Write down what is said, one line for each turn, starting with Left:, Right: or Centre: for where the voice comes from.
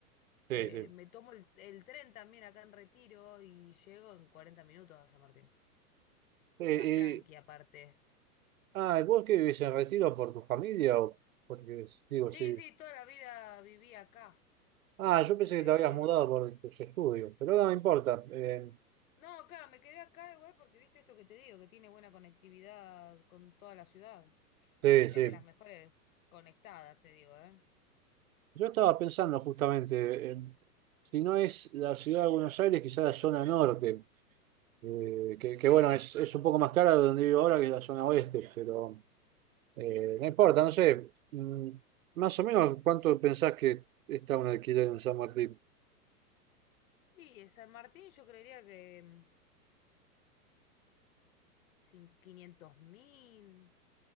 Left: eh,
Right: Sí, sí.
Left: me tomo el, el tren también acá en Retiro y llego en 40 minutos a San Martín.
Right: Eh,
Left: Y vas tranqui
Right: y-
Left: aparte.
Right: ah, ¿y ¿vos qué vivís en Retiro por tu familia o porque, digo,
Left: Sí,
Right: si
Left: sí, toda la vida viví acá.
Right: Ah, yo pensé
Left: Eh,
Right: que te habías mudado por tus estudios, pero no me importa. Eh,
Left: no, claro, me quedé acá igual porque viste esto que te digo, que tiene buena conectividad con toda la ciudad.
Right: sí,
Left: Es
Right: sí.
Left: de las mejores conectadas, te digo, ¿eh?
Right: Yo estaba pensando justamente, eh, si no es la ciudad de Buenos Aires, quizás la zona norte, eh, que, que
Left: Sí,
Right: bueno, es, es un poco más cara de donde vivo ahora que la zona oeste, pero eh, no importa, no sé. Mm, más o menos, ¿cuánto
Left: sí.
Right: pensás que está un alquiler en San Martín?
Left: Y San Martín yo creería que mm, sin quinientos mil.